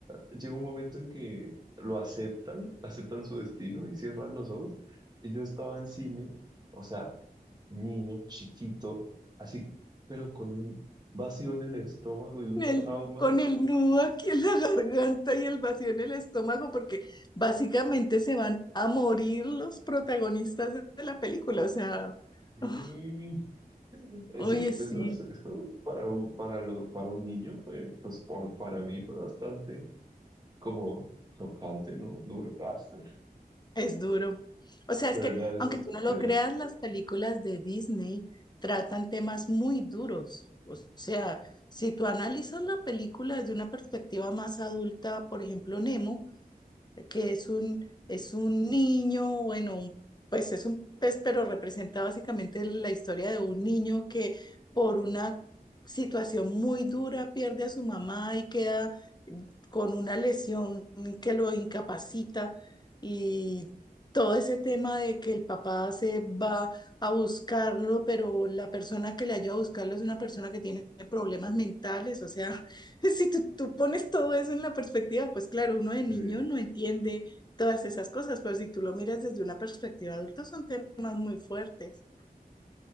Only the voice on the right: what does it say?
llega un momento en que lo aceptan, aceptan su destino y cierran los ojos. Y yo estaba en cine, o sea, niño, chiquito, así, pero con un vacío en el estómago y un
trauma.
Sí,
eso,
eso, es- eso para, un- para, lo- para un niño fue, pues por- para mí fue bastante como chocante, ¿no? Duro. Ah, sí.
Pero
ya es,
eh,
eh,